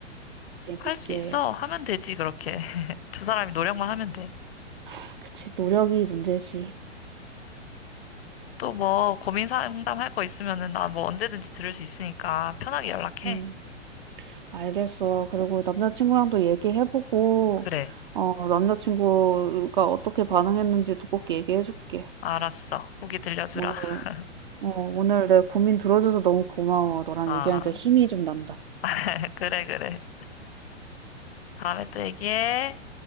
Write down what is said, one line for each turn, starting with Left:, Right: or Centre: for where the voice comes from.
Right: 재밌게.
Left: 할 수 있어. 하면 되지, 그렇게. <laughs> 두 사람이 노력만 하면 돼.
Right: 아, 그치, 노력이 문제지.
Left: 또 뭐, 고민 상담 할 거 있으면은 나 뭐 언제든지 들을 수 있으니까 편하게 연락해.
Right: 음 알겠어. 그리고 남자친구랑도 얘기해보고,
Left: 그래.
Right: 어, 남자친구가 어떻게 반응했는지도 꼭 얘기해줄게.
Left: 알았어. 후기 들려주라.
Right: 오늘
Left: <laughs>
Right: 어, 오늘 내 고민 들어줘서 너무 고마워. 너랑
Left: 아,
Right: 얘기하니까 힘이 좀 난다.
Left: <laughs> 그래, 그래. 다음에 또 얘기해.